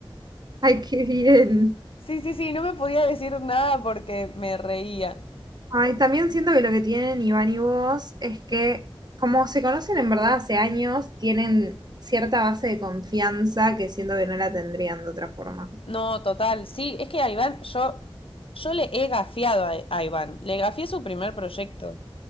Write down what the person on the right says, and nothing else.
Ay, qué bien.
Ay, también siento que lo que tienen Iván y vos es que, como se conocen en verdad hace años, tienen cierta base de confianza que siento que no la tendrían de otra forma.